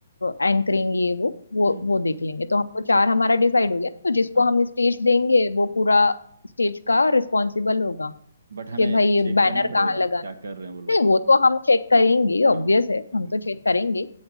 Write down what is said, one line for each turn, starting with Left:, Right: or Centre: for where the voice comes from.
Left: एंकरिंग ये वो वो
Right: हम्म
Left: वो देख लेंगे तो हमको चार
Right: बट
Left: हमारा डिसाइड हो गया ना। तो जिसको
Right: हाँ
Left: हम स्टेज देंगे वो पूरा स्टेज का रिस्पॉन्सिबल होगा
Right: बट हमें
Left: कि भाई
Right: चेक
Left: बैनर
Right: करना पड़ेगा
Left: कहाँ
Right: क्या कर रहे हैं वो लोग
Left: नहीं वो तो हम चेक करेंगे ऑब्वियस
Right: हाँ
Left: है
Right: बिल्कुल
Left: हम
Right: बिल्कुल
Left: तो चेक
Right: बिल्कुल
Left: करेंगे